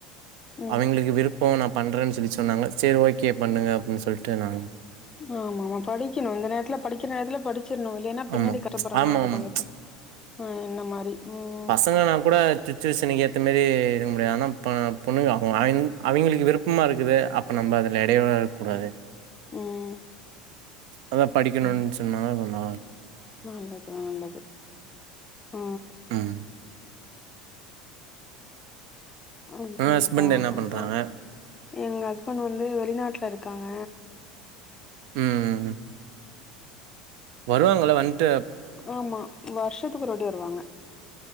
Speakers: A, on the left; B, on the right.
A: ம்
B: அவெங்களுக்கு விருப் போ நா பண்றன் சொல்லி சொன்னாங்க சேரி ஓகே பண்ணுங்க அப்டின் சொல்ட்டு நா
A: ஆமாம்மா படிக்கணு இந்த நேரத்துல படிக்கிற நேரத்துல படிச்சிற்ணு இல்லைனா பின்னாடி
B: ஆமா.
A: கஸ்ட்டப்பட்ற
B: ஆமாமா.
A: மார்ருக்கு என்ன ஆ என்ன மாரி ம்
B: இல்லனா கூட தித் சீனனுக்கு ஏத்த மாரி இருக்க முடியாது ஆனா பா பொண்ணுங்க அவ அவிங் அவிங்களுக்கு விருப்பமா இருக்குது அப் இப்ப நம்ப அதுல இடையூறா இருக்க கூடாது
A: ம்
B: அதா படிக்கணுன்
A: ஆமா
B: சொன்னாங்க அப்ற நா
A: நல்லது நல்லது ஆ
B: ம்.
A: ஆ
B: உங்க
A: செரிப்பா
B: ஹஸ்பண்ட் என்ன
A: ஆ
B: பண்றாங்க?
A: ஹா எங்க ஹஸ்பண்ட் வந்து வெளிநாட்ல இருக்காங்க
B: ம் வருவாங்கள வந்ட்டு
A: ஆமா வர்ஷத்துக்கு ஒருவாட்டி வருவாங்க